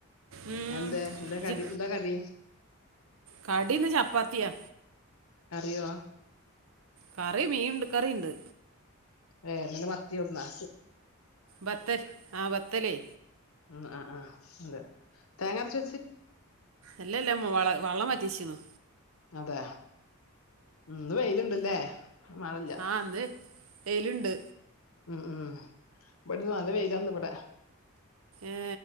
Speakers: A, on the right; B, on the left.
A: ഉം,
B: എന്താ എന്താ
A: ഇജ്ജ്,
B: കടി എന്താ കടി
A: കടി ഇന്ന് ചപ്പാത്തിയാ
B: കറിയോ
A: കറി മീൻണ്ട് കറിണ്ട്
B: വേ ഇന്ന് ന്ന് മത്തിയൊട്ന്നോ
A: ബത്തൽ ആ ബത്തലെയ്
B: ഉം അഹ് ആഹ് അതെ തേങ്ങരച്ച
A: അല്ലല്ല മൊള വള്ളം മാറ്റേശുന്നു
B: അതെ ഉം ഇന്ന് വെയില്ണ്ട് ല്ലേ മഴല്ല
A: ആ അന്ന് വെയിലുണ്ട്
B: ഉം ഉം ഇവിടെ നല്ല വെയിലാരുന്നു ഇവിടെ
A: ഏ്